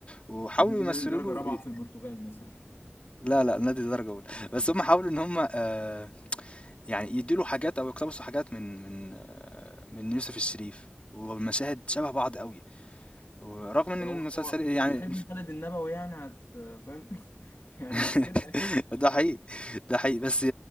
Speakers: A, on the left (about 30°); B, on the left (about 80°).
A: وحاولوا
B: <laughs> نادي
A: يمثلوا
B: الدرجة
A: له
B: الرابعة في البرتغال مثلا
A: لا لأ نادي درجة أولى، <laughs> بس هم حاولوا إن هم آآ، يعني يدّوا له حاجات أو يقتبسوا حاجات من من آآ، من يوسف الشريف، والمشاهد شبه بعض أوي، ورغم إن
B: يعني
A: المسلسل
B: هو هو مش
A: يعني
B: عشان ابن خالد النبوي يعني هت فاهم <laughs> يعني
A: <laughs>
B: مش كده
A: ده حقيقي، ده حقيقي، بس